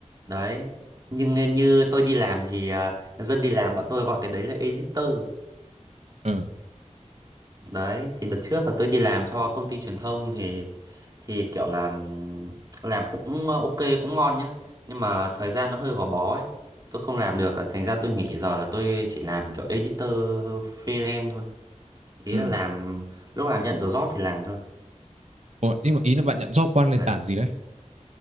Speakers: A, on the right; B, on the right.
A: Đấy. Nhưng nên như tôi đi làm thì à, dân đi làm bọn tôi gọi cái đấy là editor.
B: Ừ.
A: Đấy, thì đợt trước là tôi đi làm cho công ty truyền thông thì thì kiểu làm làm cũng à, ok cũng ngon nhá. Nhưng mà thời gian nó hơi gò bó ấy. Tôi không làm được à, thành ra tôi nghỉ giờ là tôi chỉ làm kiểu editor freelance thôi. Ý
B: Ừ.
A: là làm lúc nào nhận được job thì làm thôi.
B: Ủa, nhưng mà ý là bạn nhận job qua nền
A: Đấy.
B: tảng gì đấy?